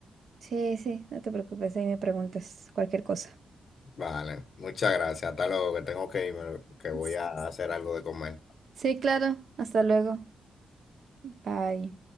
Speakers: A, on the right (about 65°); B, on the left (about 55°).
A: sí, sí, no te preocupes, ahí me preguntas cualquier cosa.
B: Vale, muchas gracias, hasta luego, que tengo que irme, que voy
A: S-
B: a hacer algo de comer.
A: Sí, claro, hasta luego. Bye.